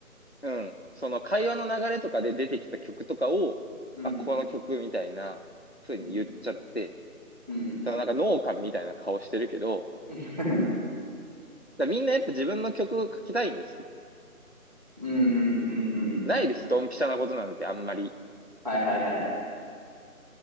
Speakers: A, on the left; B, on the right.
A: うん。その会話の流れとかで出てきた曲とかを、
B: うん、
A: あ、この曲みたいな風に言っちゃって、
B: うん、うん。
A: そのなんか農家みたいな顔してるけど、
B: <laughs> うん、
A: だからみんなやっぱ自分の曲を書きたいんです。
B: うん、うん、うん。
A: ないです、ドンピシャなことなんてあんまり。
B: はいはいはい。